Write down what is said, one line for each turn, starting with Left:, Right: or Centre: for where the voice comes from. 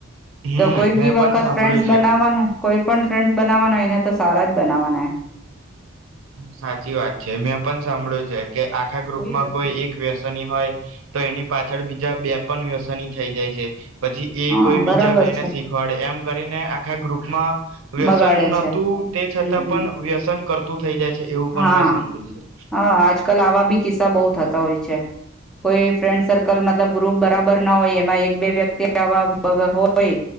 Right: હમ
Centre: તો કોઈ બી
Right: મેં
Centre: વખત
Right: પણ સાંભળ્યું
Centre: ફ્રેન્ડસ
Right: છે
Centre: બન બનાવવાના
Right: એવું
Centre: કોઈ પણ ફ્રેન્ડ્સ બનાવવાના એને તો સારાજ બનાવાના
Right: સાચી વાત છે, મેં પણ સાંભળ્યું છે, કે આખા ગ્રુપ
Centre: એમ
Right: માં કોઈ, એક વ્યસની હોય તો એની પાછળ બીજા બે પણ વ્યસની થઈ જાય છે. પછી એ
Centre: હા
Right: કોઈ
Centre: બરાબર
Right: બીજા બેને
Centre: છે
Right: શીખવાડે એમ કરીને, આખા ગ્રુપ <inaudible> વ્યસન
Centre: બગાડે
Right: નોતું
Centre: છે
Right: તે છતાં,
Centre: હમ હમ
Right: પણ વ્યસન કરતું. થઈ જાય છે એવું પણ
Centre: હા
Right: મેં સાંભળ્યું છે
Centre: હા આજ કલ આવા બી કિસ્સા બહુ થતા હોય, કોઈ ફ્રેન્ડ સર્કલ મતલબ ગ્રુપ બરાબર ના હોય, એમાં એક બે વ્યક્તિ આવા હોય